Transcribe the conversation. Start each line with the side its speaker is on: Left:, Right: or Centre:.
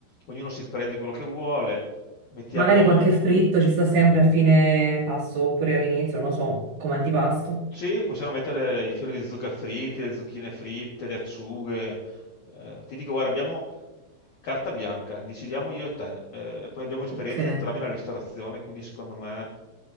Left: ognuno si prende quello che vuole. Mettiamo,
Right: Magari qualche fritto ci sta sempre a fine pasto oppure all'inizio, non lo so, come antipasto.
Left: sì, possiamo mettere i fiori di zucca fritti, le zucchine fritte, le acciughe. Eh, ti dico, guarda, abbiamo carta bianca, decidiamo io e te. Eh, poi abbiamo esperienza
Right: Ok.
Left: entrambi nella ristorazione, quindi secondo me